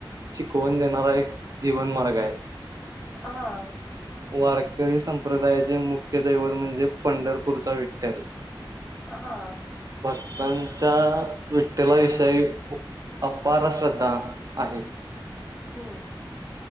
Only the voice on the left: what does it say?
हा.
हा.
हम्म